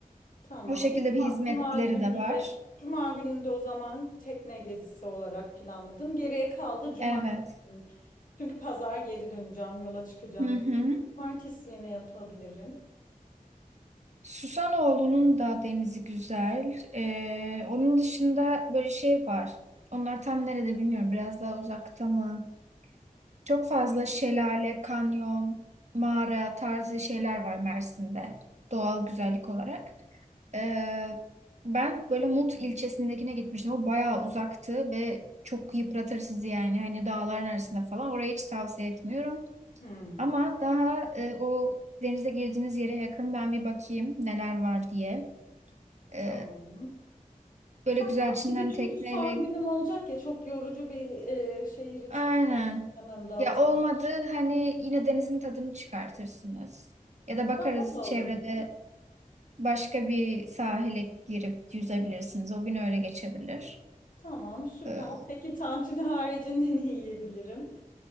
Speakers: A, on the left; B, on the right.
A: Tamam.
B: O şekilde
A: Cuma,
B: bir hizmetleri
A: Cuma günü
B: de var.
A: de Cuma günü de o zaman tekne gezisi olarak planladım. Geriye kaldı cumartesi.
B: Evet.
A: günü. Çünkü pazar geri döneceğim, yola çıkacağım.
B: Hı
A: zaten.
B: hı.
A: Cumartesi yine yapabilirim.
B: Susanoğlu'nun da denizi güzel. Ee, onun dışında böyle şey var. Onlar tam nerede bilmiyorum. Biraz daha uzakta mı? Çok fazla şelale, kanyon, mağara tarzı şeyler var Mersin'de. Doğal güzellik olarak. Ee, ben böyle Mut ilçesindekine gitmiştim. O bayağı uzaktı ve çok yıpratır sizi yani. Hani dağların arasında falan. Orayı hiç tavsiye etmiyorum.
A: Hmm,
B: Ama daha e, o denize girdiğiniz yere yakın ben bir bakayım neler var diye. E,
A: tamam.
B: böyle
A: Tamam.
B: güzel içinden
A: Bir de çünkü
B: tekneyle.
A: son günüm olacak ya çok yorucu bir e, şehir içi
B: Aynen.
A: istemem dağıtım.
B: Ya olmadı hani yine denizin tadını çıkartırsınız. Ya da bakarız
A: Ha, O da
B: çevrede
A: olabilir.
B: başka bir sahile girip yüzebilirsiniz. O gün öyle geçebilir.
A: Tamam, süper.
B: E,
A: Peki tantuni haricinde <laughs> ne yiyebilirim?